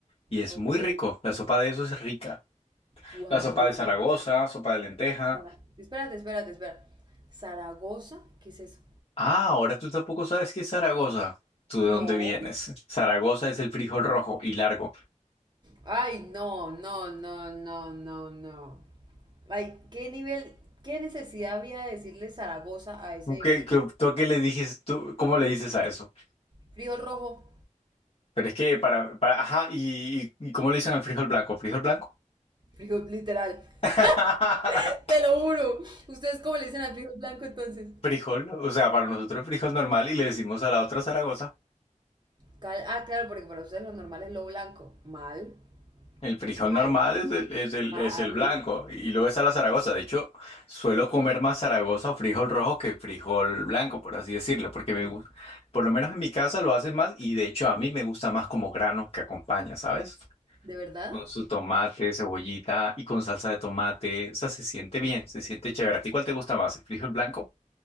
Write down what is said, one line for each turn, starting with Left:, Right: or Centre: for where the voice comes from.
Left: Y es
Right: Ok.
Left: muy rico. La sopa de eso es rica.
Right: Guandul.
Left: La sopa de Zaragoza, sopa de lenteja.
Right: Zara- Espérate, espérate, espera. ¿Zaragoza? ¿Qué es eso?
Left: Ah, ahora tú tampoco sabes qué es Zaragoza. ¿Tú de dónde
Right: No.
Left: vienes? Zaragoza es el frijol rojo y largo.
Right: Ay, no, no, no, no, no, no. Ay, ¿qué nivel, qué necesidad había de decirle Zaragoza a ese
Left: ¿Tú qué,
Right: frijol?
Left: qué- tú a qué le dices? ¿Tú cómo le dices a eso?
Right: Frijol rojo,
Left: Pero es que para, para- ajá, y, y- y cómo le dicen al frijol blanco? ¿Frijol blanco?
Right: frijol literal.
Left: <laughs>
Right: <laughs> Te lo juro. ¿Ustedes cómo le dicen al frijol blanco entonces?
Left: Frijol, o sea, para nosotros es frijol normal y le decimos a la otra Zaragoza.
Right: Cal- ah, claro, porque para ustedes lo normal es lo blanco. Mal,
Left: El frijol
Right: mal,
Left: normal es el, es el,
Right: mal.
Left: es el blanco y luego está la Zaragoza. De hecho, suelo comer más Zaragoza o frijol rojo que frijol blanco, por así decirlo, porque me
Right: Mm,
Left: gusta, por lo menos en mi casa lo hacen más y de hecho a mí me gusta más como grano que acompaña, ¿sabes?
Right: ¿De verdad?
Left: Con su tomate, cebollita y con salsa de tomate. O sea, se siente
Right: Rico.
Left: bien, se siente chévere. ¿A ti cuál te gusta más, el frijol blanco?